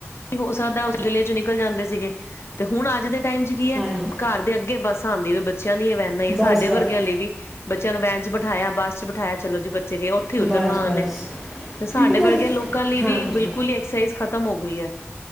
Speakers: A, on the left; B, in the centre.
A: ਹੋ ਸਕਦਾ ਉਸ ਗਲ ਚ ਨਿਕਲ ਜਾਂਦੇ ਸੀਗੇ ਤੇ ਹੁਣ ਅੱਜ ਦੇ ਟਾਈਮ ਚ ਕੀ ਹੈ
B: ਹਾਂਜੀ
A: ਘਰ ਦੇ ਅੱਗੇ ਬੱਸ ਆਉਂਦੇ ਬੱਚਿਆਂ ਦੀਆਂ ਵਹਿਨਾ ਹੀ ਹੈ
B: ਬਸ
A: ਸਾਡੇ
B: ਬਸ
A: ਵਰਗਿਆਂ ਲਈ ਵੀ ਬੱਚਿਆਂ ਨੂੰ ਵਹਿਣ ਚ ਬਿਠਾਇਆ ਬੱਸ ਚ ਬਠਾਇਆ ਚਲੋ ਜੀ ਬ ੇ ਉੱਥੇ ਉਤਰਨਾ
B: ਬਸ
A: ਉਹ
B: ਬਸ
A: ਨੇ ਤੇ ਸਾਡੇ
B: ਕਿਉਂਕਿ ਨਾਲੇ
A: ਵਰਗੇ ਲੋਕਾਂ ਲਈ
B: ਹਾਂਜੀ
A: ਵੀ ਬਿਲਕੁਲ ਹੀ ਐਕਸਰਸਾਈ ਖ਼ਤਮ ਹੋ ਗਈ ਹੈ